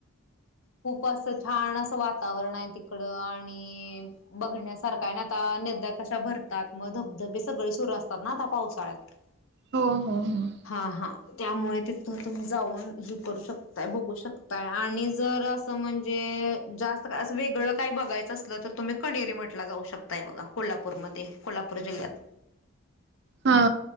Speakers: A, on the left; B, on the right.
A: खूप असं छान असं वातावरण आहे तिकडं आणि. बघण्यासारखा आणि आता नद्या कशा भरतात मग धबधबे सगळे सुरू असतात ना आता पावसाळ्यात. हा.
B: हो हो हो.
A: हा हा. त्यामुळे तिथं तुम्ही जाऊन हे करू शकताय बघू शकताय आणि जर असं म्हणज. जास्त असं वेगळं काय बघायचं असलं तर तुम्ही कणेरी मठात जाऊ शकताय बघा. कोल्हापूरमध्ये कोल्हापूर जिल्ह्यात.
B: हा